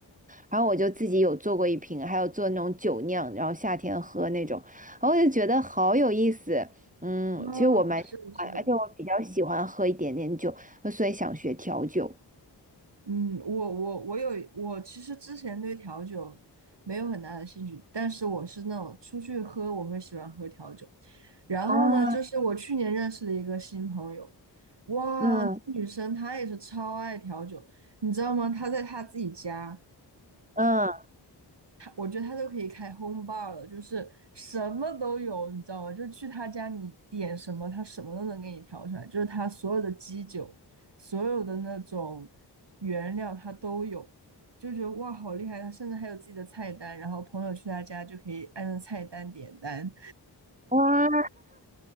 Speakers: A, on the right; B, on the right.
A: 然后我就自己有做过一瓶，还有做那种酒酿，然后夏天喝那种，然后我就觉得好有意思。嗯，
B: 嗯，
A: 其实我蛮喜欢，
B: 是的，是的。
A: 而且我比较喜欢喝一点点酒，所以想学调酒。
B: 嗯，我我我有我其实之前对调酒没有很大的兴趣，但是我是那种出去喝我会喜欢喝调酒。然后呢，
A: 啊，
B: 就是我去年认识了一个新朋友，哇，
A: 嗯
B: 女生她也是超爱调酒，你知道吗？她在她自己家。
A: 嗯，
B: 他，我觉得他都可以开 home bar 了，就是什么都有，你知道吗？就是去他家，你点什么，他什么都能给你调出来，就是他所有的基酒，所有的那种原料他都有，就觉得哇，好厉害！他甚至还有自己的菜单，然后朋友去他家就可以按照菜单点单。
A: 哇，